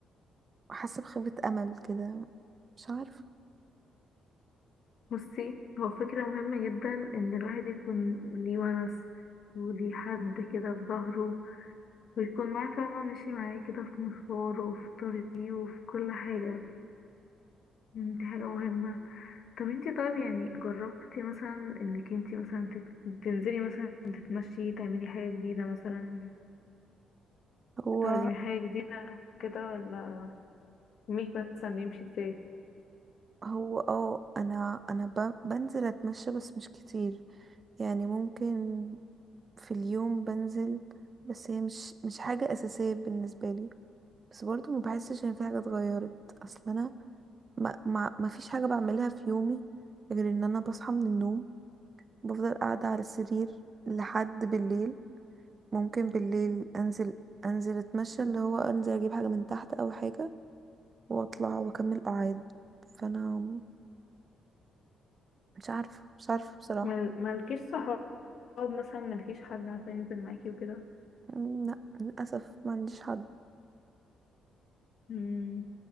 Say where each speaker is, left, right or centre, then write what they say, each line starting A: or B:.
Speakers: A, on the right; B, on the left.
A: حاسه بخيبه امل كده مش عارفه
B: بصي هو فكره مهمه جدا ان الواحد يكون ليه ونس وليه حد كده في ظهره ويكون معاه فاهمه ماشي معاه كده في مشواره وفي طريقه وفي كل حاجه مم، دي حاجه مهمه طب انت طيب يعني جربتي مثلا انك انت مثلا تت- تنزلي مثلا تتمشي تعملي حاجه جديده مثلا
A: هو
B: تعلمي حاجه جديده كده ولا يومك مثلا بيمشي ازاي
A: هو اه انا انا ب- بنزل اتمشى بس مش كتير يعني ممكن في اليوم بنزل بس هي مش مش حاجة أساسية بالنسبة لي بس برضو ما بحسش إن في حاجة اتغيرت أصل أنا ما, ما, ما فيش حاجة بعملها في يومي غير إن أنا بصحى من النوم بفضل قاعدة على السرير لحد بالليل ممكن بالليل أنزل أنزل أتمشى اللي هو أنزل أجيب حاجة من تحت أو حاجة وأطلع وأكمل قعاد فأنا مش عارفة مش عارفة بصراحة
B: مل- ملكيش صحاب مثلا ملكيش حد مثلا ينزل معاكي وكده
A: م، لا للأسف ما عنديش حد
B: مم.